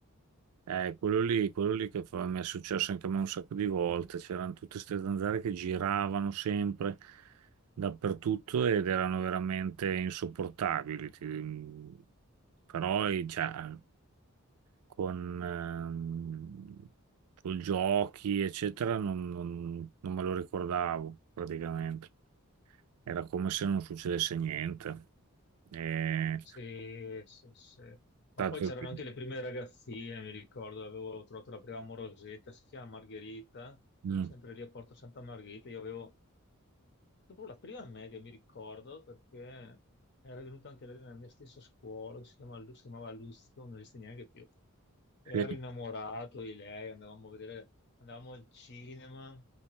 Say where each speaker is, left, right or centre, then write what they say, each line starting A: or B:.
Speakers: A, on the right; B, on the left.
A: Eh, quello lì, quello lì che fa- mi è successo anche a me un sacco di volte, c'erano tutte queste zanzare che giravano sempre dappertutto ed erano veramente insopportabili. ti- mm. Però, eh, cioè, con ehm, con giochi, eccetera, non, non- non me lo ricordavo praticamente. Era come se non succedesse niente. E,
B: Sì, sì, sì. Ma
A: stato
B: poi c'erano
A: lì.
B: anche le prime ragazzine, mi ricordo, avevo trovato la prima amorosetta, si chiama Margherita,
A: Mm,
B: sempre lì a Porto Santa Margherita, io avevo Dopo la prima media mi ricordo perché era venuto anche lei nella mia stessa scuola, che si chiama, Lu- si chiamava Luzio, non esiste neanche più. E
A: sì,
B: ero innamorato di lei, andavamo a vedere, andavamo al cinema